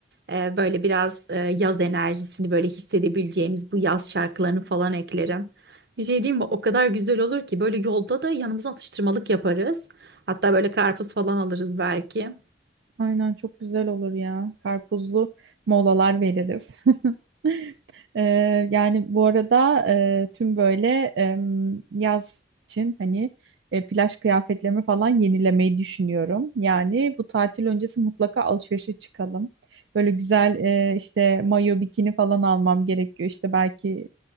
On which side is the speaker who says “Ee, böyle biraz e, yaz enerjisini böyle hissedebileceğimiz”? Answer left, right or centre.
Right